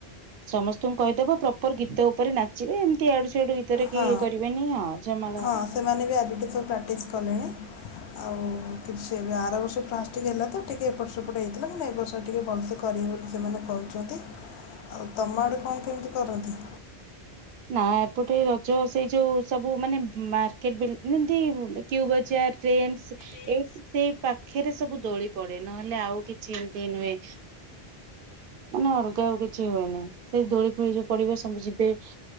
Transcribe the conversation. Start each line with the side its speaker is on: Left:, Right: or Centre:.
Right: ସମସ୍ତଙ୍କୁ କହିଦବ ପ୍ରପର ଗୀତ ଉପରେ ନାଚିବେ ଏମ୍ କି ଏଆଡୁସ୍ୟାଡୁ ଗି ଭିତରେ
Left: ହଁ
Right: କି ଇଏ କରିବେନି ଆଉ ଜମା ଲ
Left: ହଁ ସେମାନେ ବି ଆଜିଠୁ ସବୁ ପ୍ରାକ୍ଟିସ୍ କଲେଣି। ଆଉ କିଛି ଆର ବର୍ଷ ପ୍ଲାସଟିକ ହେଲା ତ ଟିକେ ଏପଟ ସେପଟ ହେଇଥିଲା ମାନେ ଏ ବର୍ଷ ଟିକେ ଭଲସେ କରିବେ ବୋଲି ସେମାନେ କହୁଛ ରୁହନ୍ତି ଆ ତମ ଆଡ଼େ କଣ କେମିତି କରନ୍ତି?
Right: ଆ ଏପଟେ ରଜ ସେଇ ଯୋଉ ସବୁ ମାନେ ମ୍ ମାର୍କେଟ ବ୍ଲିଡ଼୍ ଏମିତି କ୍ୟୁବଜାର ଟ୍ରେଣ୍ଡସ୍ ଏଇ ସେଇ ପାଖରେ ସବୁ ଦୋଳି ପଡେ ନହେଲେ ଆଉ କିଛି ଏମିତି ନୁହେଁ। ମାନେ ଅଲଗା ଆଉ କିଛି ହୁଏନି ସେଇ ଦୋଳି ଫୋଳି ଯୋଉ ପଡିବ ସବୁ ଯିବେ-